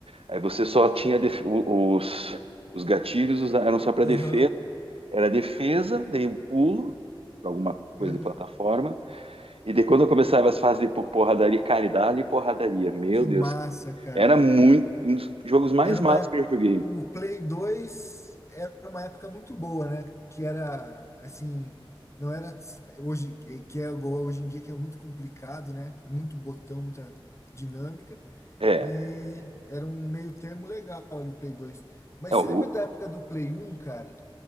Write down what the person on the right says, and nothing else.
Aí você só tinha def- o- os, os gatilhos usa- eram só para
defesa, era defesa, daí o pulo para alguma coisa
de plataforma, e daí quando eu começava as fases de po- porradaria, cara, e dali porradaria, meu
Deus,
era muito um dos jogos mais
matos
que eu joguei.
É,
é o